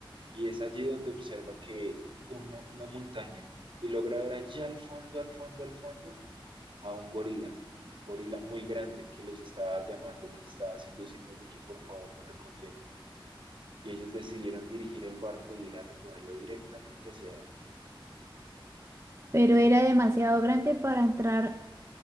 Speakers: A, on the right (about 65°); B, on the right (about 30°).
A: Y es allí donde observa que un mo- una montaña y logra ver allá al fondo, al fondo, al fondo, a un gorila, un gorila muy grande que los estaba llamando, les estaba haciendo señas de que por favor lo recogieran. Y ellos decidieron dirigir el barco e ir a recogerlo directamente hacia él.
B: pero era demasiado grande para entrar